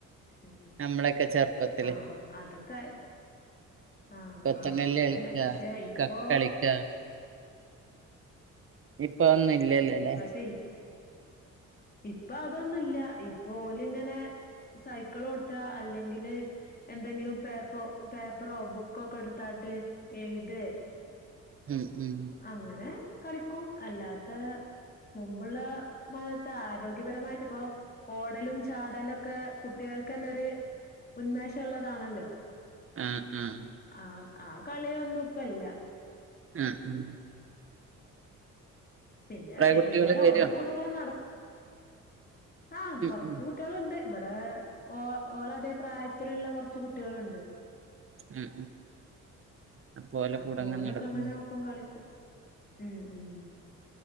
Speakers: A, on the left (about 30°); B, on the right (about 45°).
A: ഉം
B: നമ്മളൊക്കെ ചെറുപ്പത്തില്
A: ആഹ് അതൊക്കെ ആഹ്
B: കൊത്തങ്കല്ല്
A: ആഹ് അതന്നെ
B: കളിക്ക
A: പക്ഷെ ഇപ്പോ
B: കക്ക്‌ കളിക്ക ഉം ഇപ്പൊതന്നും ഇല്ലല്ലേല്ലേ
A: ഉം പക്ഷെ ഇ ഇപ്പൊ അതൊന്നുവില്ല ഇപ്പോ ഓല് ഇങ്ങനെ സൈക്കിളോട്ട അല്ലെങ്കില് എന്തെങ്കിലും പേപ്പോ പേപ്പറോ ബുക്കോ ഒക്കെ എടുത്തായിട്ട് എഴുതെ
B: ഉം ഉം
A: അങ്ങനെ കളിക്കും അല്ലാത്ത മുമ്പുള്ളമാറിയതെ ആരോഗ്യപരമായിട്ടിപ്പോ ഓടലും ചാടലും ഒക്കെ കുട്ടികൾക്കന്നൊര് ഉന്മേഷള്ളതാണല്ലോ
B: ആ ആ
A: ആ ആ കളിയൊന്നും ഇപ്പല്ല
B: ആ ആ
A: പിന്നെ വൈകുന്നേരം
B: കുട്ടികള് വരോ
A: ഓൾടെ കൂടെങ്ങനെ നടക് ആഹ്
B: ഉം
A: കൊറച്ച്
B: ഉം
A: കുട്ടികള്ണ്ട് ഇവിടെ ഓ ഓളതേ പ്രായത്തിലുള്ള കൊറച്ച് കുട്ടികളുണ്ട്
B: ഉം ഉം അപ്പോ ഓലെ
A: അപ്പൊ
B: കൂടങ്ങ്
A: ഓലൊക്കങ്ങനാ
B: നടക്കും
A: ഒപ്പം കളി <inaudible> ഉം ഉം